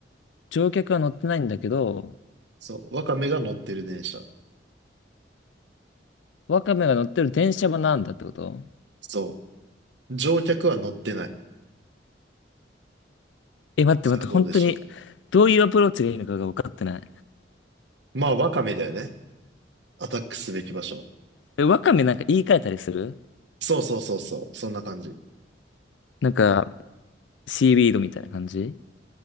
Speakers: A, on the left (about 90°); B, on the right (about 70°).
A: 乗客は乗ってないんだけど、
B: そう。ワカメが乗ってる電車。
A: ワカメが乗ってる電車はなんだってこと
B: そう。乗客は乗ってない。
A: え、待って待って、
B: さあ、どうでしょ
A: 本当に、どういうアプローチがいいのかが分かってない。
B: う。まあ、ワカメだよね。アタックすべき場所。
A: え、ワカメなんか言い換えたりする
B: そうそうそうそう。そんな感じ。
A: なんか、シーウィードみたいな感じ